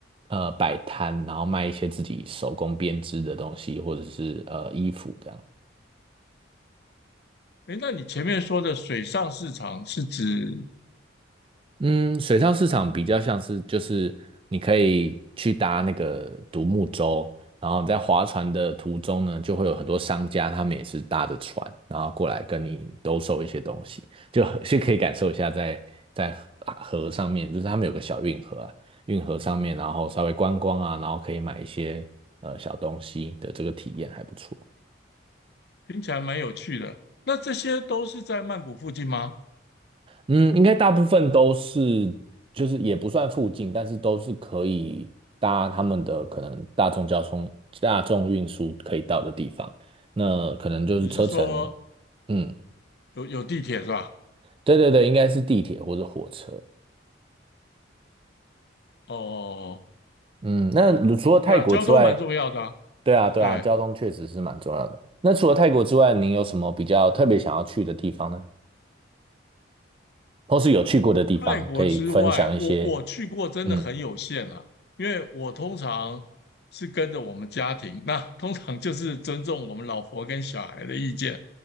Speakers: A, on the right; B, on the left.
A: 呃摆摊，然后卖一些自己手工编织的东西，或者是呃衣服这样。
B: 诶，那你前面说的水上市场是指
A: 嗯，水上市场比较像是就是你可以去搭那个独木舟，然后你在划船的途中呢，就会有很多商家，他们也是搭着船，然后过来跟你兜售一些东西，就是可以感受一下在在河河上面，就是他们有个小运河啊，运河上面，然后稍微观光啊，然后可以买一些呃小东西的这个体验还不错。
B: 听起来蛮有趣的，那这些都是在曼谷附近吗？
A: 嗯，应该大部分都是，就是也不算附近，但是都是可以搭他们的可能大众交通、大众运输可以到的地方。那可能就是车程，
B: 你是说
A: 嗯，
B: 有有地铁是吧？
A: 对对对，应该是地铁或者火车。
B: 哦，哦哦
A: 嗯，那如除了泰国之外，
B: 对啊，交通蛮重要的啊。
A: 对啊对啊，
B: 哎，
A: 交通确实是蛮重要的。那除了泰国之外，您有什么比较特别想要去的地方呢？或是有去过的地方，
B: 泰国之外，
A: 可以分享一些？
B: 我我去过真的很有限啊，
A: 嗯，
B: 因为我通常是跟着我们家庭，那通常就是尊重我们老婆跟小孩的意见。